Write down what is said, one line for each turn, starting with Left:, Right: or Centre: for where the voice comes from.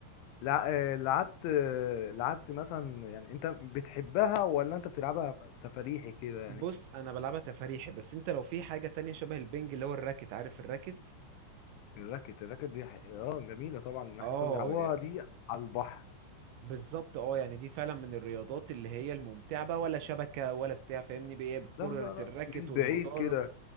Left: لع- آه، لعبت آه، لعبت مثلا يعني انت بتحبها ولا انت بتلعبها تفريحي كده يعني
Right: بص انا بلعبها تفاريحي بس انت لو في حاجة تانية شبه البنج اللي هو الراكت عارف الراكت
Left: الراكت الراكت دي ح- اه جميلة طبعا
Right: اه
Left: احنا كنا بنلعبوها
Right: ي-
Left: دي على البحر
Right: بالظبط اه يعني دي فعلا من الرياضات اللي هي الممتعة بقى ولا شبكة ولا بتاع فاهمني بايه بكرة
Left: لا لا لا
Right: الراكت
Left: من
Right: والمضارب
Left: بعيد كده